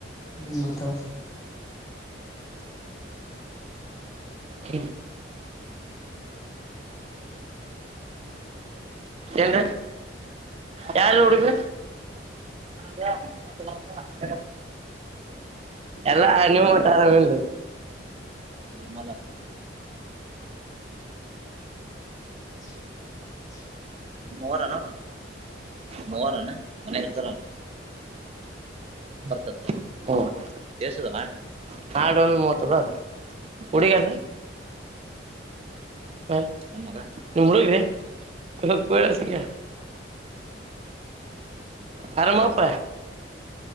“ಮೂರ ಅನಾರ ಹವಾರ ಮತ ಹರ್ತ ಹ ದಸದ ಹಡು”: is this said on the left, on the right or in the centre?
Right